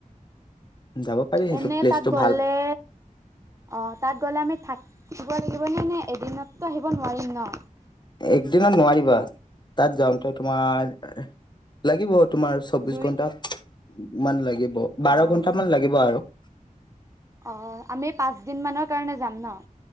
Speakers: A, on the left; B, on the right.
A: যাব পাৰি সেইটো
B: এনে
A: প্লেচটো
B: তাত গ'লে
A: ভাল
B: অ', তাত গ'লে আমি থাকিব লাগিবনে নে এদিনততো আহিব নোৱাৰিম ন‌?
A: একদিনত নোৱাৰিবা, তাত যাওঁতে তোমাৰ লাগিব তোমাৰ ওচ চৌব্বিশ
B: দুই
A: ঘন্টা মান লাগিব, বাৰ
B: অঁ
A: ঘন্টা লাগিব আৰু।
B: অ', আমি পাঁচদিন মানৰ কাৰণে যাম ন?